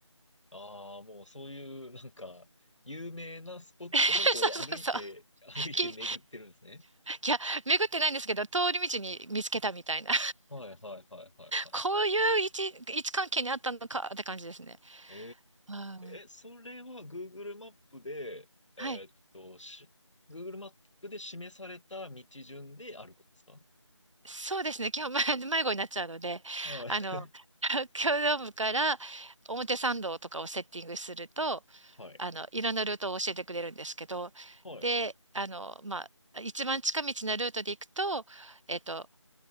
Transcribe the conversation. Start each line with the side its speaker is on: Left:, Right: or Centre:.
Left: ああ、もうそういう、なんか、有名なスポットもこう歩いて、
Right: <laughs> そうそうそう。
Left: 歩いて巡ってるんですね。
Right: き、<laughs> いや、巡ってないんですけど、通り道に見つけたみたいな。
Left: はいはいはいはいはい。
Right: こういう位置、位置関係にあったのかって感じですね。
Left: え
Right: はい。
Left: ー、え、それは Google マップで、えーっと、
Right: はい。
Left: し、Google マップで示された道順で歩くんですか
Right: そうですね。基本迷迷子になっちゃうので、
Left: はい。
Right: あの、<laughs> 東京ドームから表参道とかをセッティングすると、
Left: はい。
Right: あの、いろんなルートを教えてくれるんですけど、
Left: はい。
Right: で、あの、まあ、一番近道なルートで行くと、えっと、